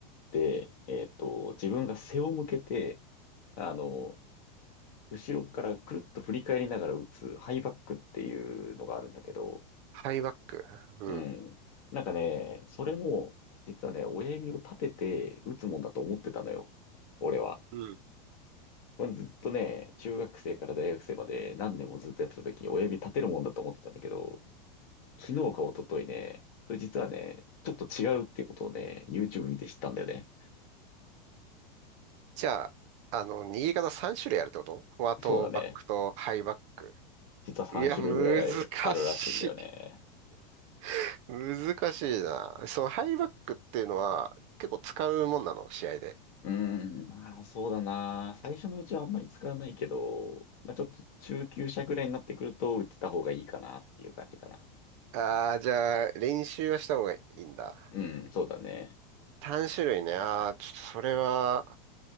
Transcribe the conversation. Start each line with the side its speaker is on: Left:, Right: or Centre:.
Left: て、えっと、自分が背を向けて、あの、後ろからくるっと振り返りながら打つハイバックっていうのがあるんだけど、
Right: ハイバック。うん。
Left: うん。なんかね、それも、実はね、親指を立てて打つもんだと思ってたのよ。俺は。
Right: うん。
Left: これずっとね、中学生から大学生まで何年もずっとやってた時に親指立てるもんだと思ってたんだけど、昨日か一昨日ね、それ実はね、ちょっと違うっていうことをね、YouTube 見て知ったんだよね。
Right: じゃあ、あの、握り方3種類あるってことフォアとバックとハイバック。
Left: そうだね。実は3種類ぐらいあるらしいんだよね。
Right: いや、難しい。<laughs> 難しいな。そのハイバックっていうのは結構使うもんなの試合で。
Left: うーん、まあそうだな。最初のうちはあんまり使わないけど、まあちょっと中級者ぐらいになってくると打ってた方がいいかなっていう感じかな。
Right: ああー、じゃあ、練習はした方がいいんだ。
Left: うん、そうだね。
Right: 3種類ね。ああ、ちょっとそれは